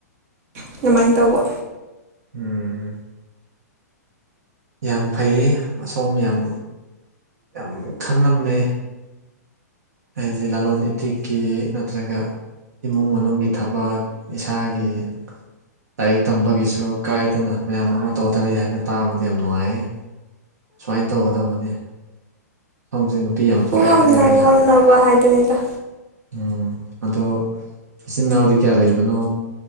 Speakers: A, on the right (about 55°); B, on the right (about 70°).
A: ꯑꯗꯨꯃꯥꯏꯟ ꯇꯧꯕ
B: ꯎꯝ ꯌꯥꯝ ꯐꯩꯌꯦ ꯑꯁꯣꯝ ꯌꯥꯝ ꯌꯥꯝ ꯈꯪꯂꯝꯃꯦ ꯅꯣꯏꯁꯦ ꯂꯂꯣꯟ ꯏꯇꯤꯛꯀꯤ ꯅꯠꯇ꯭ꯔꯒ ꯏꯃꯨꯡ ꯃꯅꯨꯡꯒꯤ ꯊꯕꯛ ꯏꯁꯥꯒꯤ ꯂꯥꯏꯔꯤꯛ ꯇꯝꯕꯒꯤꯁꯨ ꯀꯥꯏꯗꯅ ꯃꯌꯥꯝ ꯑꯃ ꯇꯧꯊꯔꯤ ꯍꯥꯏꯐꯦꯠ ꯇꯥꯕꯗ ꯌꯥꯝ ꯅꯨꯡꯉꯥꯏꯑꯦ ꯁꯨꯃꯥꯏ ꯇꯧꯒꯗꯕꯅꯤ ꯁꯣꯝꯁꯦ ꯅꯨꯄꯤ ꯌꯥꯝ ꯊꯣꯛꯑꯦ
A: ꯉꯝꯅ
B: ꯏꯕꯦꯝꯕꯁꯦ
A: ꯉꯝꯅꯕ ꯍꯥꯏꯗꯨꯅꯤꯗ
B: ꯎꯝ ꯑꯗꯣ ꯏꯆꯤꯟ ꯏꯅꯥꯎꯗꯤ ꯀꯌꯥ ꯂꯩꯕꯅꯣ